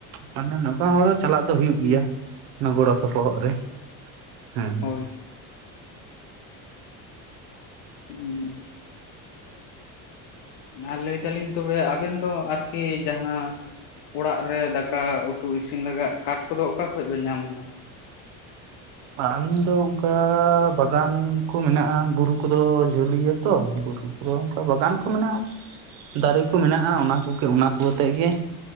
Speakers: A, on the right; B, on the left.
A: ᱢᱟᱱᱮ ᱱᱚᱝᱠᱟᱱ ᱦᱚᱲ ᱦᱚᱸ ᱪᱟᱞᱟᱜ ᱫᱚ ᱦᱩᱭᱩᱜ ᱜᱮᱭᱟ ᱾ ᱚᱱᱟ ᱜᱚᱲᱚ ᱥᱚᱯᱚᱦᱚᱫ ᱨᱮ ᱦᱮᱸ᱾
B: ᱦᱳᱭ <unintelligible> ᱟᱨ ᱞᱟᱹᱭ ᱫᱟᱹᱞᱤᱧ ᱛᱚᱵᱮ ᱟᱵᱮᱱ ᱫᱚ ᱟᱨᱠᱤ ᱡᱟᱦᱟᱸ ᱚᱲᱟᱜ ᱨᱮ ᱫᱟᱠᱟ ᱩᱛᱩ ᱤᱥᱤᱱ ᱞᱟᱜᱟᱫ, ᱠᱟᱴ ᱠᱚᱫᱚ ᱚᱠᱟ ᱠᱷᱚᱱ ᱵᱮᱱ ᱧᱟᱢ ᱜᱮᱭᱟ?
A: ᱟᱹᱞᱤᱧ ᱫᱚ ᱚᱱᱠᱟ ᱵᱟᱜᱟᱱ ᱠᱚ ᱢᱮᱱᱟᱜᱼᱟ, ᱵᱩᱨᱩ ᱠᱚᱫᱚ ᱡᱷᱟᱹᱞ ᱜᱮᱭᱟ ᱛᱚ ᱾ ᱯᱩᱨᱟᱹ ᱚᱱᱠᱟ ᱵᱟᱜᱟᱱ ᱠᱚ ᱢᱮᱱᱟᱜᱼᱟ, ᱫᱟᱨᱮ ᱠᱚ ᱢᱮᱱᱟᱜᱼᱟ, ᱚᱱᱟ ᱠᱚᱜᱮ ᱚᱱᱟ ᱠᱚ ᱟᱛᱮᱫ ᱜᱮ ᱾